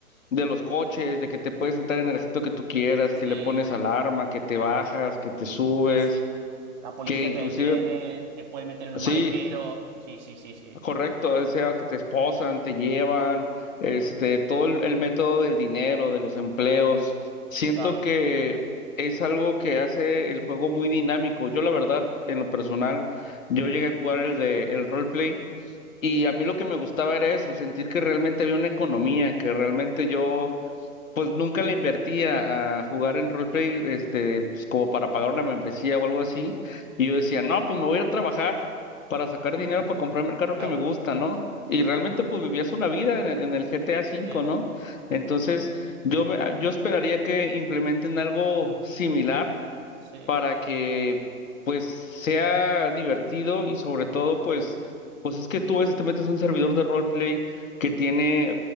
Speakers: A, on the left; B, on the right.
A: de los coches, de que te puedes sentar en el asiento que tú quieras,
B: sí,
A: que le pones alarma, que te bajas, que te subes,
B: sí, sí. La policía
A: que inclusive...
B: te detiene, te puede meter en
A: Sí,
B: un maletero. Sí, sí, sí, sí.
A: Correcto, o sea, que te esposan, te llevan, este,
B: Ujú,
A: todo el, el método del dinero, de los empleos. Siento
B: Claro.
A: que es algo que hace el juego muy dinámico. Yo, la verdad, en lo personal, yo llegué a jugar el de el roleplay y
B: Ujú,
A: a mí lo que me gustaba era eso, sentir que realmente había una economía, que realmente yo pues nunca le invertí a, a jugar
B: ujú.
A: en roleplay, este, pues, como para pagar una membresía o algo así. Y yo decía, no, pues me voy a ir a trabajar para sacar
B: <laughs>
A: dinero para comprarme el carro
B: Claro.
A: que me gusta, ¿no? Y realmente
B: Ujú,
A: pues vivías una vida en el, en el GTA V,
B: Sí,
A: ¿no? Entonces yo, me, yo esperaría que implementen algo similar
B: sí,
A: para que pues sea divertido y sobre todo pues pues es que tú a veces te metes a un servidor de roleplay que tiene